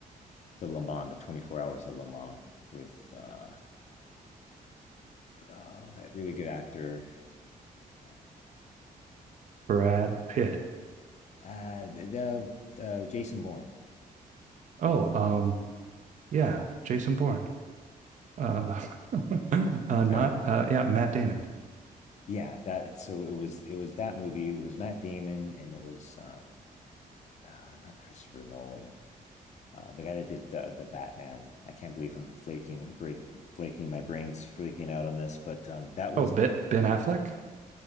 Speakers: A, on the left; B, on the right.
A: the Le Mans the 24 hours at Le Mans with uh oh that really good actor Oh,
B: Brad Pitt.
A: uh the, the uh, Jason Bourne
B: Oh, um, yeah, Jason Bourne. Uh, <laughs> uh, not
A: right
B: uh, yeah, Matt Damon.
A: yeah that so it was it was that movie it was Matt Damon and it was uh, uh not Christopher Nolan Uh, the guy that did the, the Batman. I can't believe I'm flaking break flaking my brains freaking out on this, but um, that was
B: Oh, Ben
A: the
B: Ben Affleck